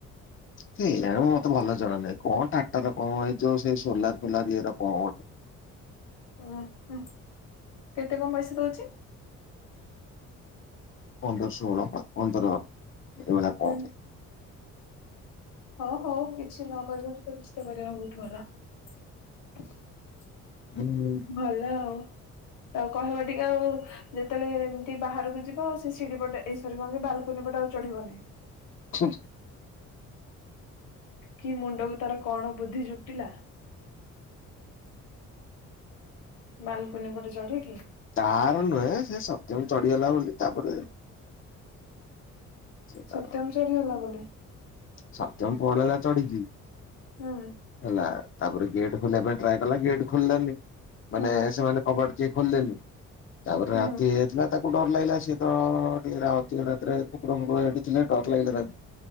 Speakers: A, on the left (about 45°); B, on the left (about 80°).
A: କେଜାଣି ମତେ ଭଲ ରେ ଜଣା ନାହିଁ କଣ ଟାଟା ର କଣ ଏଇ ଯୋଉ ସେଇ ସୋଲାର ଫୋଲାର ଇଏ ର କଣ ଗୋଟେ ।
B: ହ ଓ ହ କେତେ କଣ ପଇସା ଦଉଚି?
A: ପନ୍ଦର ଷୋହଳ ପା ପନ୍ଦର ଏଭଳିଆ
B: ହୁଁ
A: କଣ ଗୋଟେ
B: ହଉ ହଉ କିଛି ନ କରିବାଠୁ ତ କିଛି ତ କରିବା ବହୁତ ଭଲ ।
A: ହୁଁ।
B: ଭଲ ଆଉ । ଆଉ କହିବା ଟିକେ ଆଉ ଯେତେବେଳେ ଏମିତି ବାହାରକୁ ଯିବା ଆଉ ସେ ସିଡିି ପଟେ ଏଈ ଶରି ରେ କହେ ବାଲକୁନି ପଟ ଚଢିବନି ।
A: ହ ।
B: କି ମୁଣ୍ଡକୁ ତାର କଣ ବୁଦ୍ଧି ଜୁଟିଲା <unintelligible> ବାଲକନି ପଟେ ଚଢିକି
A: ତାର ନୁହେଁ ସେ ସଡ଼ନ ଚଢିଗଲା ବୋଲି ତାପରେ ସେ ତାର
B: ସତ୍ୟମ ଚଢି ଗଲା ବୋଲି
A: ସତ୍ୟମ ପଳେଇଲା ଚଡ଼ିିକି
B: ହୁଁ
A: ହେଲା ତାପରେ ଗେଟ୍ ଖୋଲିବା ପାଇଁ ଟ୍ରାଏ କଲା ଗେଟ୍ ଖୋଲିଲାନି ମାନେ
B: ହୁଁ
A: ସେମାନେ କବାଟ ଟି ଖୋଲିଲେନି ତାପରେ
B: ହୁଁ
A: ରାତି ହେଇଯାଇଥିଲା ତାକୁ ଡର ଲାଗିଲା ସିଏ ତ ଟିକେ ରାହୁଥ ରାତିରେ କୁକୁର ଫୁକୁରିକ ହେଟି ଡ଼ର ଲାଗିଲେ ତାଙ୍କୁ